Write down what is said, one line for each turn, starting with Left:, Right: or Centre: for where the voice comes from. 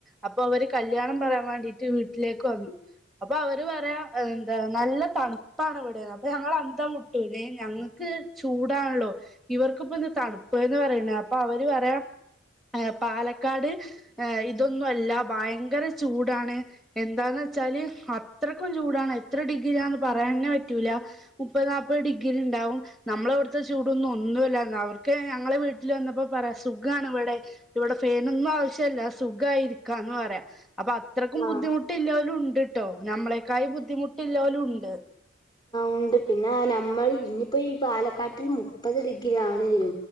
Centre: അപ്പൊ അവര് കല്യാണം പറയാൻ വേണ്ടിട്ട് വീട്ടിലേക്ക് വന്നു അപ്പൊ അവര് പറയാ എന്താ നല്ല തണുപ്പാണ് ഇവടെന്ന് അപ്പൊ ഞങ്ങള് അന്തം വി ട്ടും ഞങ്ങക്ക് ചൂടാണല്ലോ ഇവർക്ക് ഇപ്പേ എന്ന് തണുപ്പ് എന്ന് പറയ്ന്നേ അപ്പൊ അവര് പറയാ യെ പാലക്കാട് യെ ഇതൊന്നും അല്ലാ ബയങ്കര ചൂടാണ് എന്താന്ന് വെച്ചാല് അത്രക്കും ചൂടാണ് എത്ര ഡിഗ്രിയാന്ന് പറയാന്നേ പറ്റൂല്ലാ മുപ്പത് നാപ്പാത് ഡിഗ്രി ഇണ്ടാവും നമ്മളേ അവട്ത്തെ ചൂടൊന്നും ഒന്നും അല്ലാ അവർക്ക് ഞങ്ങളെ വീട്ട ല് വന്നപ്പോ പറയാ സുഖാണ് ഇവടെ ഇവടെ ഫേനൊന്നും ആവിശ്യല്ലാ സുഖമായിരിക്ക്യാന്ന് പറയാം അപ്പം അത്രയ്ക്കും
Left: ആഹ്
Centre: ബുദ്ധിമു ട്ട് ഇല്ലലും ഒണ്ടട്ടോ ഞമ്മളെക്കായി ബുദ്ധിമുട്ടില്ലലും ഒണ്ട്
Left: ണ്ട് പിന്നെ ഞമ്മള് ഇനിയിപ്പോ ഈ പാലക്കാട്ടില് മുപ്പത് ഡിഗ്രി ആണേല്ലോ